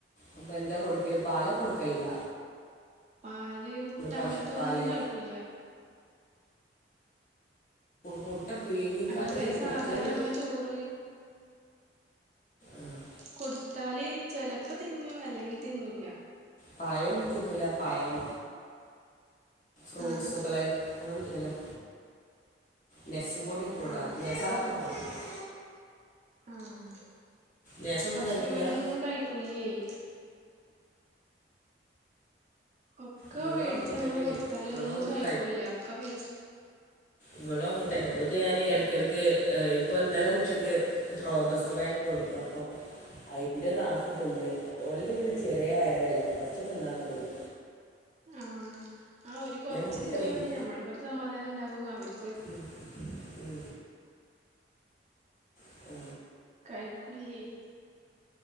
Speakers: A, on the left (about 40°); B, on the right (about 35°).
A: അപ്പൊ എന്താ കൊടുക്കല് പാല കൊടുക്കലണ്ട?
B: പാല് മുട്ട
A: പശുപ്പാല്
B: അങ്ങനത്തെന്നും കഴിക്കുല്യ.
A: മുട്ടപിയ്ങ്ങിക്കാണ്ട്
B: നമ്മള്
A: കഴികൂല
B: സാധാരണ
A: മറ്റൊര്
B: നമ്മളെ ചോറ്
A: ആഹ്
B: കൊടുത്താല് ചെലപ്പോതിന്നു അല്ലെങ്കിതിന്നുല്ല.
A: പയംതിന്നൂല പഴം ഫ്രൂട്ട്സുകള്
B: ആഹ്
A: <unintelligible> നെക്സ്പൊടിയൊക്കെ ഇടാം
B: ആഹ്
A: <unintelligible>
B: ആഹ്
A: നട്സൊന്നും
B: പക്ഷെ
A: കഴിക്കൂല
B: ഇവനൊന്നും കഴിക്കൂല്ലേയ്. ഒക്കെവേടിച്ച്
A: ഇവളും അങ്ങനെ
B: നമ്മള്
A: തന്നെയാണ്
B: കൊടുത്താലൊന്നും
A: ഇവളും ഒന്നും
B: കഴിക്കൂല്ല ഒക്കെവേസ്
A: ഇവളുംഅങ്ങൻതെന്നെ ഇവൾക്ക് ഞാന് എടക്ക്ടെക്ക് ഇപ്പൊഇന്നലെ ഉച്ചക്ക് റോബസ്റ്റ്പയം കൊട്ത്ത്അപ്പൊ അയിന്റോന്ന്നാഫ് തിന്ന് ഓൾത്പിന്നെ ചെറിയവയറല്ലേ കൊർച്ച് തിന്നാമതീല്ലോ.
B: ആഹ് ആഒര് കൊർച്ച്
A: മുട്ട
B: തിന്നാമതി
A: പിങ്-
B: ഞമ്മൾക്കൊരു സമാധാനംഇണ്ടാവും അവര്
A: ഉം ഉം <unintelligible>
B: കൈക്കുല്ല്യേയ്.